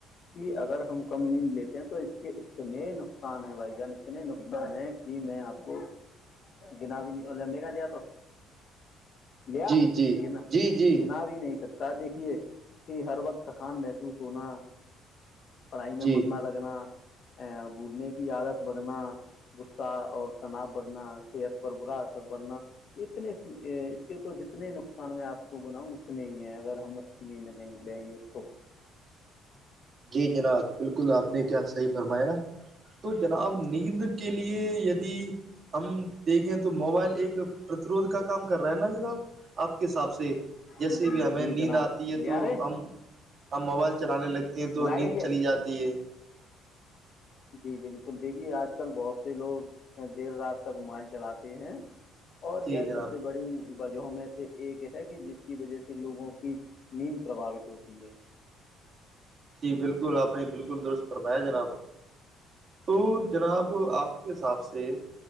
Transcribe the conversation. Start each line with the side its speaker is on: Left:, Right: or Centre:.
Left: کہ اگر ہم کم نیند لیتے ہیں تو اس کے اتنے نقصان ہیں بھائی جان اتنے نقصان ہیں کہ میں آپ کو گنا بھی نہیںگ لیا تو لیا
Right: جی جی
Left: گنا
Right: جی جی
Left: گنا بھی نہیں سکتا دیکھیے کہ ہر وقت تھکان محسوس ہونا پڑھائی میں
Right: جی
Left: من نہ لگنا ا بولنے کی عادت بڑھنا غصہ اور تناؤ بڑھنا صحت پر برا اثر پڑنا اتنے اس کے تو جتنے نقصان میں آپ بلا اس میں ہی ہے اگر ہم اچھی نیند نہیں لیں گے تو
Right: جی جناب بالکل آپ نے کیا صحیح فرمایا تو جناب نیند کے لیے یدی ہم دیکھیں تو موبائل ایک پرتروھ کا کام کر رہا ہے نا جناب آپ کے حساب سے جیسی
Left: جی
Right: بھی ہمیں
Left: جی جناب
Right: نیند آتی ہے
Left: لے
Right: تو
Left: آ رہے
Right: ہم ہم موبائل چلانے لگے تو
Left: بلا
Right: نیند
Left: رہی ہے
Right: چلی جاتی ہے
Left: جی بالکل دیکھیی آج کل بہت سے لوگ دیر رات تک مبائل چلاتے ہیں اور
Right: جی
Left: یہ
Right: جناب
Left: سب سے بڑی بات میں سے ایک ہے کہ جس کی وجہ سے لوگوں کی نیند پرباوت ہوتی ہے
Right: جی بالکل آپ نے بالکل درست فرمایا جناب تو جناب آپ کے حساب سے